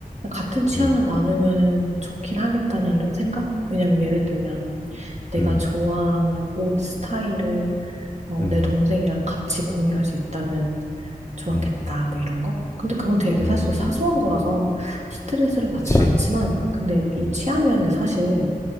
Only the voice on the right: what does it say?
같은 취향을
나누면 좋긴 하겠다냐 이런 생각? 왜냐면 예를 들면 내가
좋아하는 옷 스타일을 어,
내 동생이랑 같이 공유할 수 있다면 좋았겠다,
뭐 이런 거? 근데 그건 되게
사실 사소한 거라서 스트레스를 받진
않지만, 근데 이
취향이란 게 사실